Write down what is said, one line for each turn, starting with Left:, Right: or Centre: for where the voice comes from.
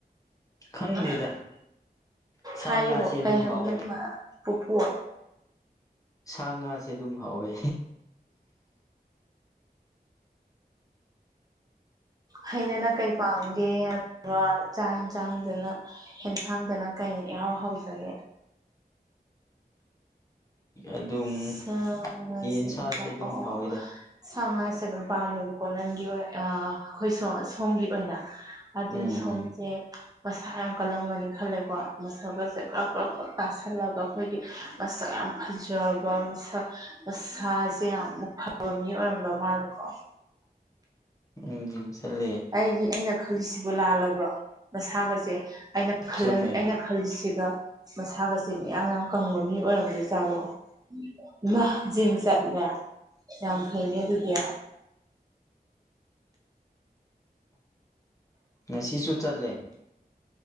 Left: ꯈꯪꯗꯦꯗ
Right: ꯑ
Left: ꯁꯥ
Right: ꯍꯥꯏꯌꯣ
Left: ꯉꯥꯁꯦ
Right: ꯀꯩ
Left: ꯑꯗꯨꯝ
Right: ꯍꯥꯏꯕꯅꯣ
Left: ꯍꯥꯎꯋꯦ
Right: ꯏꯃꯥ ꯄꯨꯄꯨ
Left: ꯁꯥ ꯉꯥꯁꯦ ꯑꯗꯨꯝ ꯍꯥꯎꯋꯦ
Right: ꯍꯩꯗꯅꯥ ꯀꯩ ꯄꯥꯝꯒꯦ ꯑꯗꯨꯒ ꯆꯥꯛ ꯏꯟꯖꯥꯡꯗꯅ ꯏꯟꯁꯥꯡꯗꯅ ꯀꯩ ꯏꯍꯥꯎ ꯍꯥꯎꯖꯒꯦ
Left: ꯑꯗꯨꯝ
Right: ꯑꯁꯕ
Left: ꯌꯦꯟ ꯁꯥꯁꯦ ꯑꯗꯨꯝ
Right: ꯑꯣ
Left: ꯍꯥꯎꯋꯦꯗ
Right: ꯁꯥ ꯉꯥꯁꯦ ꯑꯗꯨꯝ ꯄꯥꯝꯃꯦꯕꯀꯣ ꯅꯪꯒꯤ ꯑꯣꯏ ꯑꯩꯈꯣꯏ ꯁ ꯁꯣꯝꯒꯤ ꯑꯣꯏꯅ ꯑꯗꯨ
Left: ꯎꯝ
Right: ꯁꯣꯝꯖꯦ ꯃꯁꯥ ꯌꯥꯝ ꯀꯜꯂꯝꯒꯅꯤ ꯈꯜꯂꯦꯀꯣ ꯃꯁꯛꯒꯁꯦ ꯀ꯭ꯔꯞ ꯀ꯭ꯔꯞ ꯀ꯭ꯔꯞ ꯇꯥꯁꯜꯂꯒ ꯑꯩꯈꯣꯏꯒꯤ ꯃꯁꯇꯛ ꯌꯥꯝ ꯐꯖꯩ ꯃꯁꯛ ꯃꯁꯥꯖꯦ ꯌꯥꯝꯅ ꯐꯕ ꯃꯤ ꯑꯣꯏꯔꯝꯗꯧ ꯃꯥꯜꯂꯦꯀꯣ
Left: ꯎꯝ ꯎꯝ ꯖꯤꯝ ꯆꯠꯂꯦ
Right: ꯑꯩꯒꯤ ꯑꯩꯅ ꯈꯜꯂꯤꯁꯦ ꯁꯤꯕꯨ ꯂꯥꯜꯂꯕ꯭ꯔꯣ ꯃꯁꯥꯒꯁꯦ ꯑꯩꯅ ꯈꯜ
Left: ꯆꯨꯝꯃꯦ
Right: ꯑꯩꯅ ꯈꯜꯁꯤꯒ ꯃꯁꯥꯒꯁꯤ ꯃꯌꯥꯝ ꯌꯥꯝ ꯀꯪꯕ ꯃꯤ ꯑꯣꯏꯔꯝꯗꯣꯏ ꯖꯥꯜꯂꯣ ꯏꯃ ꯖꯤꯝ ꯆꯠꯂꯦ ꯌꯥꯝ ꯐꯩꯅꯦ ꯑꯗꯨꯗꯤ
Left: ꯉꯁꯤꯁꯨ ꯆꯠꯂꯦ